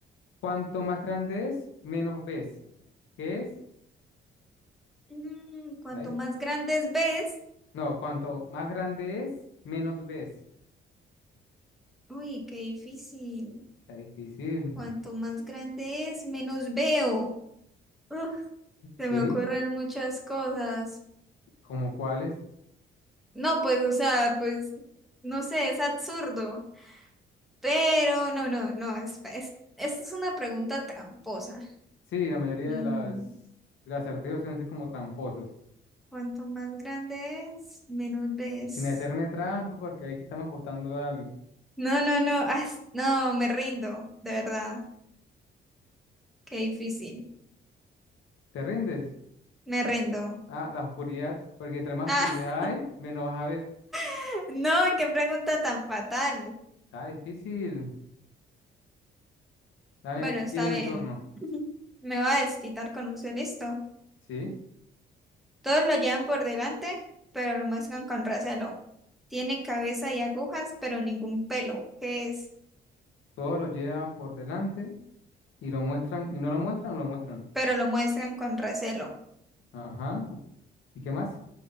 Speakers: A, on the left; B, in the centre.
A: Cuanto más grande es, menos ves. ¿Qué es?
B: Mm, cuanto
A: Está dif-
B: más grandes ves,
A: No, cuanto más grande es, menos ves.
B: uy, qué difícil.
A: Está difícil.
B: Cuanto más grande es, menos veo. Uf, se
A: Sí,
B: me ocurren muchas cosas.
A: ¿como cuáles?
B: No, pues, o sea, pues, no sé, es absurdo. Pero no, no, no, es, es, esta es una pregunta tramposa.
A: Sí, la mayoría
B: Mm,
A: de las, de las acertijos suelen ser como tramposos.
B: cuanto más grande es, menos ves.
A: Sin hacerme trampa, porque ahí sí estamos apostando a algo.
B: No, no, no, ah, no, me rindo, de verdad. Qué difícil.
A: ¿Te rindes?
B: Me rindo.
A: Ah, la oscuridad, porque entre más
B: Ah,
A: oscuridad hay, menos vas a ver.
B: <laughs> no, qué pregunta tan fatal.
A: Está difícil. Dame,
B: Bueno, está
A: tiene mi
B: bien.
A: turno.
B: <laughs> Me va a desquitar con usted, listo.
A: Sí,
B: Todos lo llevan por delante, pero lo muestran con recelo. Tiene cabeza y agujas, pero ningún pelo. ¿Qué es?
A: todos lo llevan por delante y lo muestran, y no lo muestran, no lo muestran.
B: Pero lo muestran con recelo.
A: Ajá. ¿Y qué más?